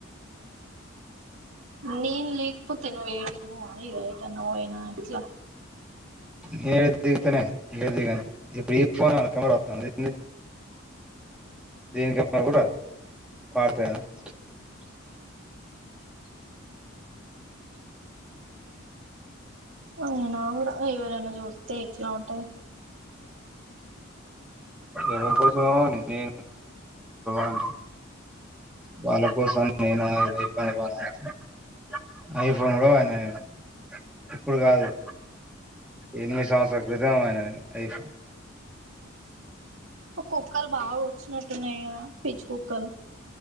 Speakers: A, on the right; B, in the centre.
A: నేన లేకపోతే నువ్ ఎడికి పోవ ఎట్టన్న పోయిన అట్లా
B: నేను ఏ దిగుతానే ఏ దిగాను ఇప్పుడు ఈ ఫోన్ కెమెరా వాతంద ఏంది <unintelligible>
A: అయినా కూడా ఎవరన్న చూస్తే ఎట్లా ఉంటాది
B: ఎవని కోసమని <unintelligible> వాళ్ళ కోసం నేను ఇది <unintelligible> ఐఫోన్ కూడా వాడిన నేను ఇప్పుడు కాదు ఎనిమి సంవత్సరాల క్రితం వాడిన నేను ఐఫో
A: కుక్కలు బాగా వచ్చినట్టున్నాయి కదా పిచ్చి కుక్కలు